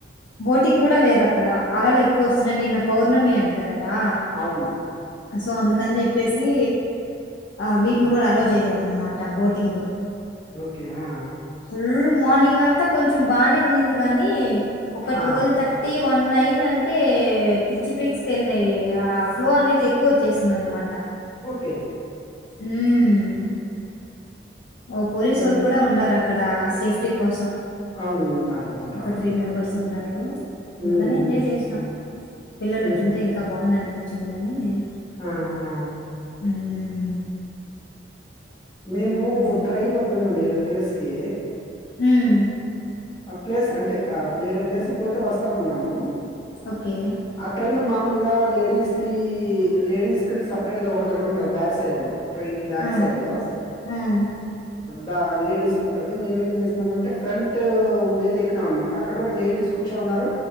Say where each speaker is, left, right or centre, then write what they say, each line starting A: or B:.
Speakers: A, on the left (about 75°); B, on the left (about 25°).
A: బోటింగ్ కూడా లేదు అక్కడ, అలలు ఎక్కువ వస్తున్నాయి నిన్న పౌర్ణమి అంట. కదా
B: అవును
A: సో అందుకని చెప్పేసి ఆ
B: హ్మ్.
A: వీటిని కూడా అలో చేయలేదనమాట బోటింగ్
B: కే హా
A: ఫుల్ మార్నింగ్ అంతా కొన్ కొంచం బానే ఉండింది కానీ ఒక ట్వల్
B: ఆ
A: థర్టీ, వన్ అయ్యిందంటే పిచ్చి పీక్స్. కెళ్ళి ఆ ఫ్లో అనేది ఎక్కువ వచ్చేసింది అనమాట
B: ఓకే
A: హ్మ్ ఓ పోలీసోళ్ళు
B: హ్మ్
A: కూడా ఉండారు అక్ ఇక్కడ అస్ సేఫ్టీ కోసం
B: అవును. ఉంటారు. ఉంటారు.
A: ఒక త్రీ
B: ఉంటారు.
A: మెంబర్స్ ఉన్నారు ఫుల్గానే
B: హ్మ్.
A: ఎంజాయ్
B: హ్మ్.
A: చేసినాం పిల్లలు
B: హుహు.
A: వచ్చింటే ఇంకా బాగున్ను అనిపించింది వచ్చింది కానీ
B: ఆ హా
A: హ్మ్.
B: మేము
A: అది.
B: ట్రైన్ లో పోయినాం వేరే ప్లేస్కి
A: హ్మ్
B: ఆ ప్లేస్ అంటే ఆ వేరే ప్లేస్ పోతే వస్తా ఉన్నా ము
A: ఓకే.
B: ఆ ట్రైన్లో మామూలుగా లేడీస్ ది లేడీస్ సపరేట్గా ఒక దగ్గరుంటే బ్యాగ్స్ సైడ్ లో ట్రైన్ కి బ్యాక్
A: హ్మ్.
B: సైడ్ లో
A: హ్మ్.
B: బా లేడీస్ కి ఉంటది మేమేం చేసినామంటే ఫ్రంట్ ట్ ఉండేది ఎక్కినాం అన్నమాట అక్కడ కూడా లేడీస్ కూర్చోన్నారు